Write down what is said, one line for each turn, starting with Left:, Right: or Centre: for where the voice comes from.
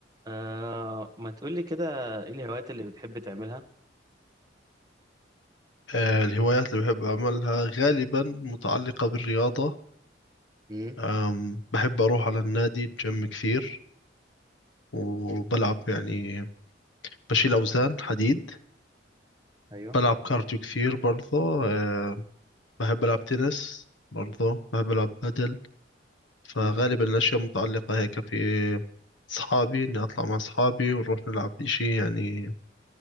Right: آه ما تقولي كده ايه الهوايات اللي بتحب تعملها
Left: آه، الهوايات اللي بحب أعملها غالبا متعلقة بالرياضة
Right: مم.
Left: أم، بحب أروح على النادي الجيم كثير وبلعب يعني بشيل أوزان حديد
Right: ايوه
Left: بلعب كارديو كثير برضه آه، بحب ألعب تنس برضه بحب ألعب بدل فغالبا
Right: مم.
Left: الأشياء متعلقة هيك في أصحابي إني أطلع مع أصحابي ونروح نلعب إشي يعني